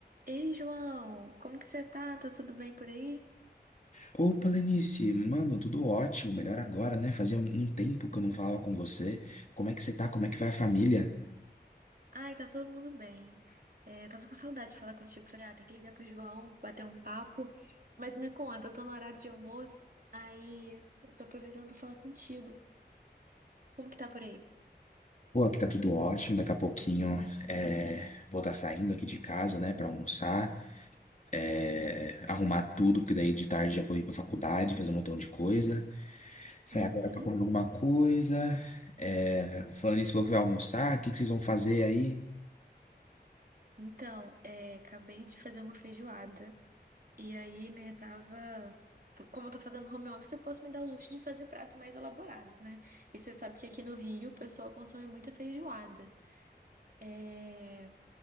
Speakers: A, on the right (about 55°); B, on the left (about 45°).
A: Ei, João, como que você tá? Tá tudo bem por aí?
B: Opa, Lenice, mano, tudo ótimo, melhor agora, né? Fazia um um tempo que eu não falava com você. Como é que você tá? Como é que vai a família?
A: Ai, tá todo mundo bem. É, tava com saudade de falar contigo. Falei, ah, tem que ligar pro João, bater um papo. Mas me conta, eu tô no horário de almoço, aí eu tô aproveitando pra falar contigo. Como que tá por aí?
B: Pô, aqui tá tudo ótimo. Daqui a pouquinho é, vou estar saindo aqui de casa, né, pra almoçar, é, arrumar tudo, porque daí de tarde já vou ir pra faculdade, fazer um montão de coisa. Sair
A: Uhum.
B: agora pra comer alguma coisa. É, falando nisso, falou que vai almoçar, o que que vocês vão fazer aí?
A: Então, é, acabei de fazer uma feijoada. E aí, né, tava. tô- Como eu tô fazendo home office, eu posso me dar o luxo de fazer pratos mais elaborados, né? E você sabe que aqui no Rio o pessoal consome muita feijoada. É...